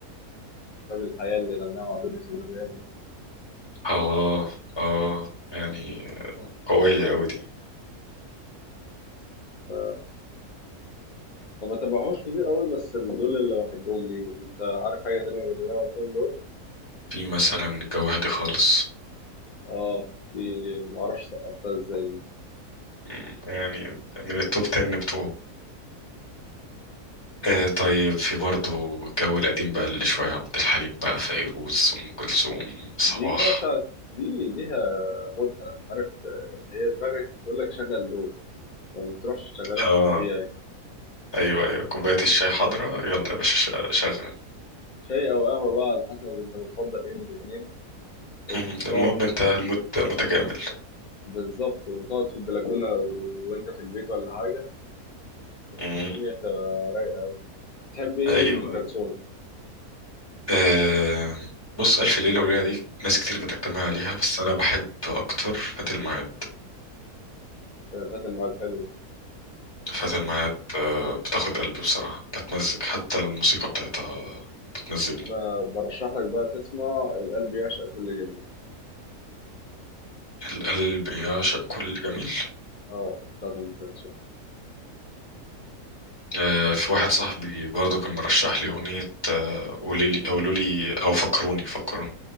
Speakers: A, on the left; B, on the left.
A: باب الحياة اللي غناها مع دنيا سمير غانم
B: آه آه يعني قوية أوي دي
A: ف... ما بتابعهوش كتير قوي بس دول اللي بحبهم ليه انت عارف حاجة تانية غير اللي انا قلتهم دول
B: في مثلا الجو هادي خالص
A: اه دي ما اعرفش سقطتها ازاي دي
B: مم، يعني من التوب 10 بتوعه آه طيب في برضو الجو القديم بقى اللي شوية عبد الحليم بقى فيروز أم كلثوم صباح
A: دي بقى ساعة دي ليها مودها عارف آه، هي دماغك تقول لك شغل دول ما بتروحش تشغلهم
B: اه
A: في الطبيعي
B: ايوه ايوه كوباية الشاي حاضرة يلا يا باشا ش- شغل
A: شاي او قهوه بقى على حسب انت بتفضل ايه من الاثنين وتقعد
B: مم، المهم انت الموت متكامل
A: بالظبط وتقعد في البلكونه لو وانت في البيت ولا حاجه
B: مم،
A: الدنيا هتبقى رايقه تحب ايه
B: ايوه
A: لام كلثوم
B: آه بص ألف ليلة وليلة دي ناس كتير بتجتمع عليها بس أنا بحب أكتر فات الميعاد
A: آه، فات الميعاد حلو
B: فات الميعاد آه بتاخد قلبي بصراحة بتمزج حتى الموسيقى بتاعتها بتمزجني
A: انا برشح لك بقى تسمع القلب يعشق كل جميل
B: القلب يعشق كل جميل
A: اه بتاعت ام كلثوم
B: آه، في
A: اه
B: واحد صاحبي برضه كان مرشح لي أغنية آه، قولي لي قولوا لي أو فكروني فكروني